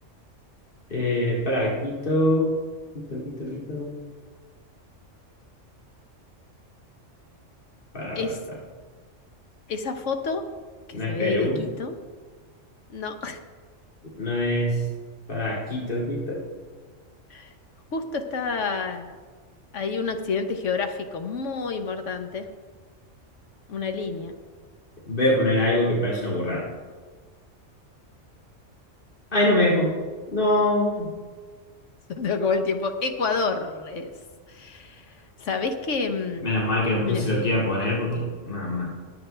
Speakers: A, on the left; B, on the left.
A: Eh, para, Quito, Quito, Quito, Quito. Para,
B: Es
A: para, para.
B: esa foto que
A: No
B: se
A: es
B: ve
A: Perú,
B: ahí de Quito. No,
A: no es para Quito, Quito.
B: <laughs> justo está ahí un accidente geográfico muy importante. Una línea.
A: Voy a poner algo que parece una burrada. Ay, no me dejó. No.
B: <laughs> Se te acabó el tiempo. Ecuador es. ¿Sabés que... mm,
A: Menos mal que no
B: Mira,
A: puse lo que iba a poner porque, mamá.